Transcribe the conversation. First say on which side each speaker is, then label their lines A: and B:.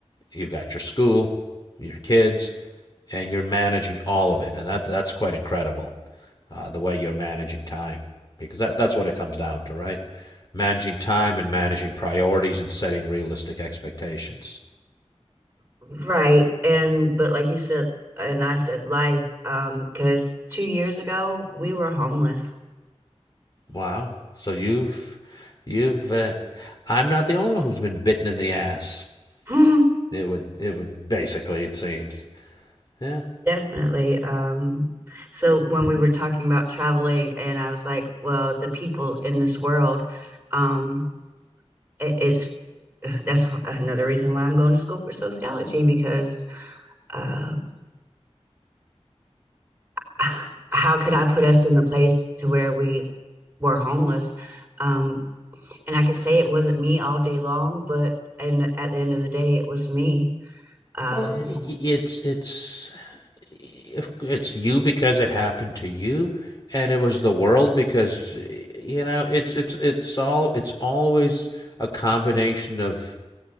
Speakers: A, on the left; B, on the right.
A: you've got your school, your kids, and you're managing all of it. And that that's quite incredible, uh, the way you're managing time, because that, that's what it comes down to, right? Managing time and managing priorities and setting realistic expectations.
B: right. And, but like you said, and I said life, um, because two years ago we were homeless.
A: Wow. So you've you've uh, I'm not the only one who's been bitten in the ass.
B: <laughs> uh,
A: It would it would basically it seems. Yeah,
B: Definitely. Um, so when we were talking about traveling, and I was like, well, the people in this world, um, it, it's that's another reason why I'm going to school for sociology because uh, <laughs> how could I put us in the place to where we were homeless? Um, and I could say it wasn't me all day long, but and at the end of the day, it was me. Um,
A: Well, i- it's it's if it's you because it happened to you, and it was the world because you know it's it's it's all it's always a combination of